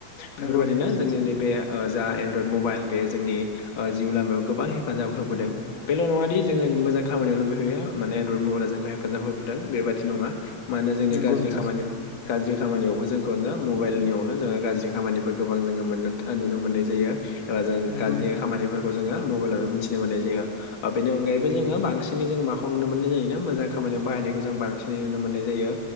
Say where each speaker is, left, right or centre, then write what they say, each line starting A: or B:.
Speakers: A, on the left (about 85°); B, on the left (about 45°).
A: नंगौ
B: बेफोरबायदिनो
A: नंगौ नोंथां नंगौ
B: जोंनि नैबे ओ जा एनड्रयड मबाइल बे जोंनि ओ जिउ लामायाव गोबां हेफाजाब होबोदों। बेल नङा दि जोङो मोजां खामानियावल बे होयो माने एनड्रयड मबाइला जोंखौ हेफाजाब होबोदों बेबादि नङा। मानो जोंनि
A: नंगौ
B: गाज्रि
A: नोंथां
B: खामानि गाज्रि खामानियावबो जोंखौनो मबाइलनियावनो जोङो गाज्रि खामानिबो गोबां जोङो मोननो ओ नुनो मोननाय जायो। रा जों
A: नंगौ
B: गाज्रि
A: नोंथां
B: खामानिफोरखौ जोङो मबाइलावनो मिथिनो मोननाय जायो। ओ बे अनगायैबो जोङो बांसिनै जों माखौ नुनो मोननाय जायोनो मोजां खामानियाव बाहाय नायखौ जों बांसिनै नुनो मोननाय जायो।